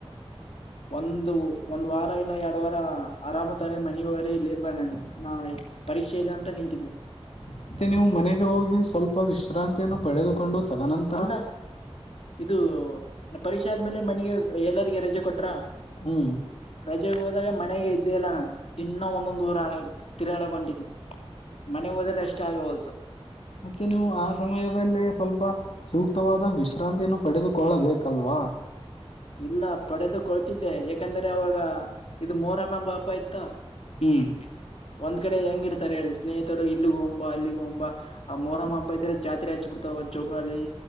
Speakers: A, on the left; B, on the left.
A: <inaudible>
B: ಒಂದು ಒಂದ ವಾರ ಇಲ್ಲ ಯಾಡ್ ವಾರ ಅರಾಮ ತಾನೆ ಮನಿಗ ಹೋರಿ ಇಲ್ಲಿ ಇರ್ಬಾಡರಿ ಅಂದ್ರು ನಾ ಪರೀಕ್ಷೆ ಇದೆ ಅಂತ ನಿಂತಿದ್ನ
A: ಮತ್ತೆ ನೀವು ಮನೆಗೆ ಹೋಗಿ ಸ್ವಲ್ಪ ವಿಶ್ರಾಂತಿಯನ್ನು ಪಡೆದುಕೊಂಡು ತದನಂತರ
B: ಅಲ್ಲ ಇದು ಪರಿಕ್ಷೆ ಆದ್ಮೇಲೆ ಮನೆಗೆ ಎಲ್ಲರಿಗೆ ರಜೆ ಕೊಟ್ರಾ
A: ಹ್ಮ್
B: ರಜೆಗೆ ಹೋದಾಗ ಮನೆಗೆ ಇದ್ದೇ ಇಲ್ಲ ನಾನು ದಿನ್ನಾ ಒಂದೊಂದ್ ಊರ ಆಡ ತಿರಗಾಡಾಕ ಹೊಂಟೀದ್ನಿ ಮನೆಗ್ ಹೋದ್ರೆ ರೆಸ್ಟ್ ಆಗವಲ್ತು.
A: ಮತ್ತೆ ನೀವು ಆ ಸಮಯದಲ್ಲಿ ಸ್ವಲ್ಪ ಸೂಕ್ತವಾದ ವಿಶ್ರಾಂತಿಯನ್ನು ಪಡೆದುಕೊಳ್ಳಬೇಕಲ್ವಾ.
B: ಇಲ್ಲಾ ಪಡೆದು ಕೊಳ್ತಿದ್ದೆ ಯಾಕಂದ್ರೆ ಅವಾಗ ಇದು ಮೊಹರಂ ಅಂಬ ಹಬ್ಬ ಇತ್ತ
A: ಹ್ಮ್
B: ಒಂದ್ ಕಡೆ ಹೆಂಗ ಇಡ್ತಾರೆ ಹೇಳಿ ಸ್ನೇಹಿತರು ಇಲ್ಲಿಗೊಮು ಬಾ ಅಲ್ಲಿಗೊಮು ಆ ಮೋರಮ್ಮ ಹಬ್ಬ ಇದ್ರೆ ಜಾತ್ರೆ ಹಚ್ಚ ಬಿಡ್ತ ತು ಜೋಕಾಲಿ